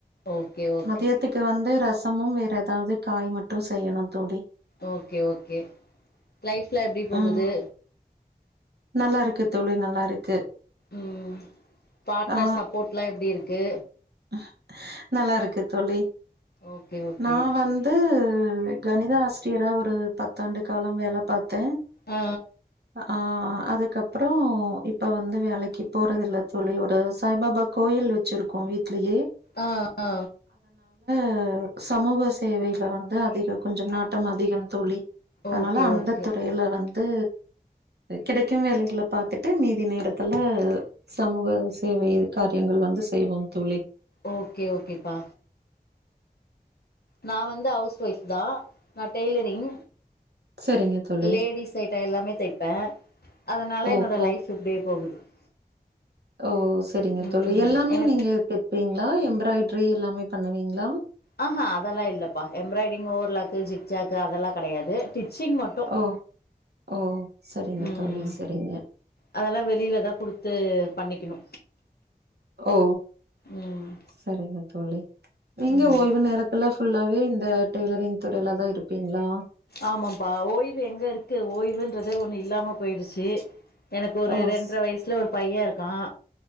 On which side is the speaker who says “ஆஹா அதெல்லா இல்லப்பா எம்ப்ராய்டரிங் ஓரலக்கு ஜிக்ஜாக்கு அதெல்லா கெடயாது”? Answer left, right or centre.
Left